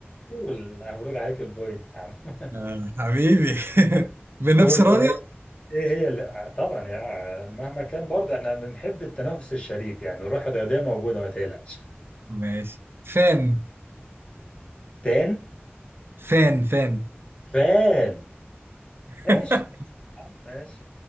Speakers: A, on the left; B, on the right.
A: مبروك عليك البوينت يا عم <laughs>
B: آه، حبيبي <laughs> بنفس
A: قول
B: راضية
A: بقى ايه إيه هي اللي آه، طبعا يا مهما كان برضه احنا بنحب التنافس الشريف يعني الروح الرياضيه موجوده ما تقلقش
B: ماشي فان
A: تان
B: فان فان
A: فان ماشي
B: <laughs>
A: يا عم، ماشي